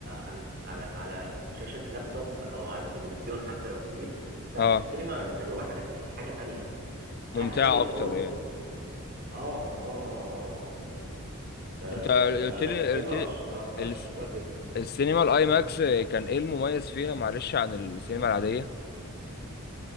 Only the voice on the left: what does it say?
اه
ممتعه
اكتر يعني
انت قلت
لي
قلت لي
الس-
السينما الاي ماكس كان ايه المميز فيها معلش عن السينما العاديه